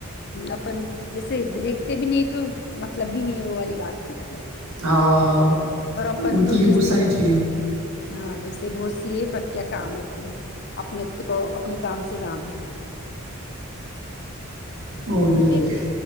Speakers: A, on the left; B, on the right.
A: اپن جیسے دیکھتے بھی نہیں تو مطلب بھی نہیں ہے وہ والی بات رہتی
B: ہاں
A: اور اپن
B: ہوتی
A: تو
B: ہے
A: جیسے
B: بہت ساری چیزیں
A: ہاں ویسے بہت سی ہے پر کیا کام ہے اپنے اپنے تو اپنے کام سے کام ہے
B: اور نہیں
A: پھر
B: تو کیا